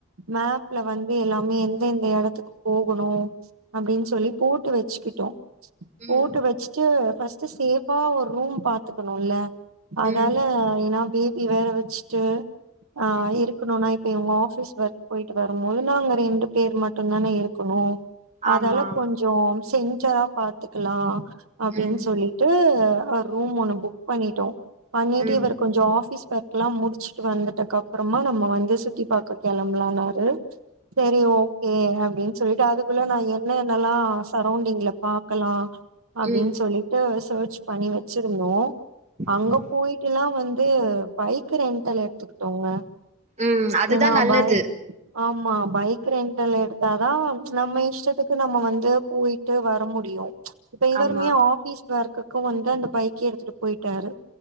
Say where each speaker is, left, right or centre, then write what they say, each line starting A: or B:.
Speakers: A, on the right; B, on the right.
A: மேப்ல வந்து எல்லாமே எந்த எந்த இடத்துக்கு போகணு அப்டின்னு சொல்லி போட்டு வச்சுக்கிட்டோ
B: ம்
A: போட்டு வச்சுட்டு ஃபஸ்ட்டு ஷேபா ஒரு ரூம் பாத்துக்கணுல்ல அதால
B: ம்
A: ஏனா பேபி வேற வச்சுட்டு ஆ
B: ம்
A: இரு இருக்ணும்னா இப்ப இவங்க ஆபீஸ் ஒர்க் போயிட்டு வரும்போதுன்னா நாங்க ரெண்டு பேர் மட்டுதானே இருக்கணு அதால
B: ஆமா
A: கொஞ்சோ சென்டரா பாத்துக்கலா அப்டின்னு
B: ம்
A: சொல்லிட்டு ஒரு ரூம் ஒண்ணு புக் பண்ணிட்டோ பண்ணிட்டு
B: ம்
A: இவர் கொஞ்சோ ஆபீஷ் ஒர்க் ல்லா முடிச்சுட்டு வந்துட்டகப்றமா நம்ம வந்து சுத்தி பாக்க கெளம்பலானாரு சேரி ஓக் கே அப்டின்னு சொல்லிட்டு அதுக்குள்ள நா என்ன என்னல்லா சரௌண்டிங்ல பாக்கலா அப்டின்னு
B: ம்
A: சொல்லிட்டு செர்ச் பண்ணி வச்சிருந்தோ அங்கப்
B: ம்
A: போய்ட்டுல்லா வந்து பைக் ரெண்ட் டல் எடுத்துக்கிட்டோங்க
B: ம் அதுதா
A: ஏனா
B: நல்லது
A: பையிக் ஆமா பைக் ரெண்ட்டல்ல எடுத்தாதா நம்ம இஷ்டத்துக்கு நம்ம வந்து போயி ட்டு வர முடியு இப்ப இவருமே
B: ஆமா
A: ஆபிஸ் ஒர்க்குக்கு வந்து அந்த பைக் எடுத்துட்டு போயிட்டாரு